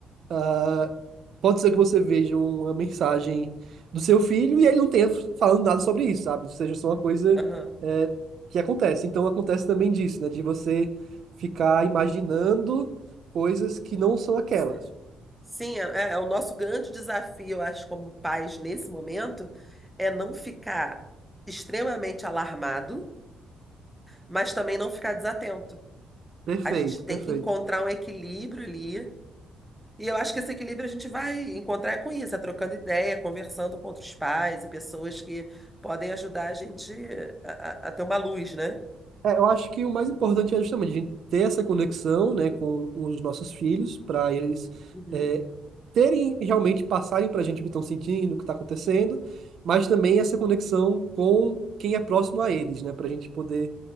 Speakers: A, on the right (about 65°); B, in the centre.
A: ah, pode ser que você veja uma mensagem do seu filho e ele não tenha falando nada sobre isso, sabe? Ou seja, só uma coisa,
B: Aham.
A: eh, que acontece. Então acontece também disso, né? De você ficar imaginando coisas que não são aquelas.
B: Sim, Sim, é, é é o nosso grande desafio, eu acho, como pais nesse momento, é não ficar extremamente alarmado, mas também não ficar desatento.
A: Perfeito,
B: A gente tem
A: perfeito.
B: que encontrar um equilíbrio ali E eu acho que esse equilíbrio a gente vai encontrar com isso, é trocando ideia, conversando com outros pais e pessoas que podem ajudar a gente a, a- a ter uma luz, né?
A: É, eu acho que o mais importante é justamente a gente ter essa conexão, né, com os nossos filhos, para eles
B: Uhum.
A: é, terem realmente passarem para a gente o que estão sentindo, o que está acontecendo, mas também essa conexão com quem é próximo a eles, né, para a gente poder